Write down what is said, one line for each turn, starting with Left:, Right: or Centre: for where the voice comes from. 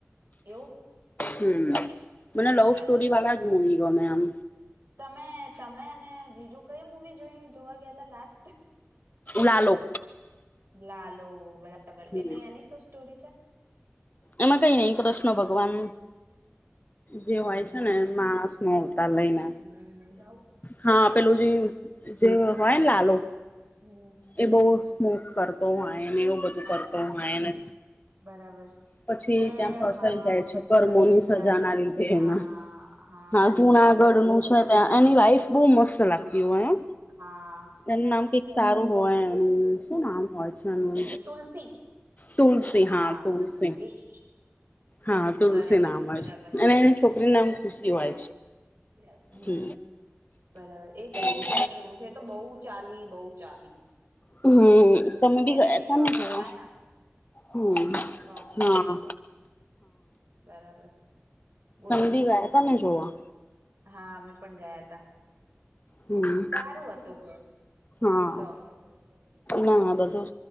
Right: એવું
Left: હમ મને લવ
Right: બરાબર
Left: સ્ટોરી વાા જ મુ ગ મે આમ
Right: તમે તમે અને બીજું કઈ મુવી જોઈ જોવા ગયા ત લાસ્ટ
Left: લાલો
Right: લાલો બરા બબર
Left: હમ
Right: એટલે એની શું સ્ટોરી છે
Left: એમાં કઈ નઈ કૃષ્ણ ભગવાન જે
Right: હમ્મ
Left: હોય છે ને માસ હ લઈને
Right: હમ્મ
Left: હા પેલું જે જે હોય ને લાલો
Right: હમ્મ
Left: એ બહુ સ્મોક કરતો હોયને એવું બધું
Right: અચ્છા
Left: કરતો હોયને
Right: બરાબર
Left: પછી
Right: એ
Left: ત્યાં ફસાઈ
Right: હા
Left: જાય છે
Right: પછી
Left: કર્મોની
Right: ફસાઈ
Left: સજા
Right: જાય
Left: ના લીધે એના
Right: આ
Left: હા જુનાગઢ
Right: અને પછી
Left: નું છે ત્યાં એની વાઈફ બહુ મસ્ત લાગતી એવું હોય
Right: હા શું
Left: એનું
Right: નામ એની
Left: કઈક
Right: વાઈફ
Left: સારું હોય એનું
Right: તુલસી
Left: શું નામ હોય છે એનું
Right: શું તુલ્ફી
Left: તુલસી
Right: હા
Left: તુલસી
Right: એક
Left: હા તુલસી
Right: બરાબર
Left: નામ હોય
Right: બરાબર
Left: છે અને એની છોકરી નામ ખુશી હોય
Right: હમ
Left: છે
Right: બરાબર એ તો બહુ
Left: હમ
Right: સરસ મૂવી છે એ તો બહુ ચાલી બહુ ચાલી
Left: હમ તમે બી
Right: એને
Left: ગયા
Right: એક
Left: તને
Right: કરોડ કમાયા
Left: જો હમ
Right: તો
Left: હા
Right: બરાબર બોલો
Left: સમજી
Right: બીજું
Left: ગયા તમે જોવા
Right: હા અમે પણ ગયા તા
Left: હમ
Right: સારું હતું
Left: હા
Right: તમ
Left: ના બધું